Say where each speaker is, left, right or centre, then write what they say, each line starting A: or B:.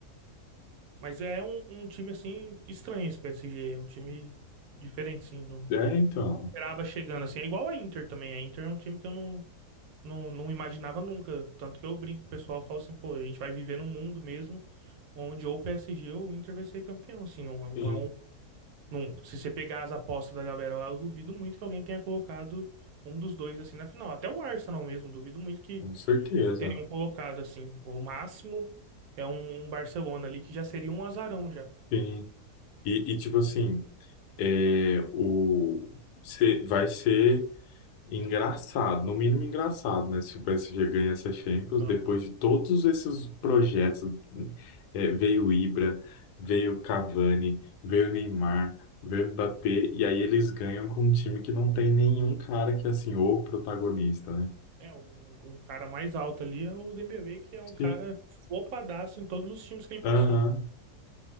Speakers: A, on the right; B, on the left.
A: Mas é um, um time assim estranho esse PSG, é um time diferente, assim, não
B: é então,
A: esperava chegando assim. É igual a Inter também. A Inter é um time que eu não Não, não imaginava nunca. Tanto que eu brinco, o pessoal fala assim, pô, a gente vai viver num mundo mesmo onde ou o PSG ou o Inter vai ser campeão. Assim, não, não
B: sim,
A: é um. Não, se você pegar as apostas da galera lá, eu duvido muito que alguém tenha colocado um dos dois assim na final. Até o Arsenal mesmo, duvido muito que,
B: com certeza,
A: que teriam colocado assim. O máximo é um, um Barcelona ali que já seria um azarão já.
B: sim. E, e tipo assim. é, o, se- vai ser engraçado, no mínimo engraçado, né? Se o PSG ganha essa Champions,
A: Não.
B: depois de todos esses projetos, é, veio o Ibra, veio o Cavani, veio o Neymar, veio o Mbappé, e aí eles ganham com um time que não tem nenhum cara que é assim, ou protagonista, né?
A: É, um, um um cara mais alto ali é o Dembélé, que é um
B: Sim,
A: cara flopadaço em todos os times que ele
B: aham,
A: passou.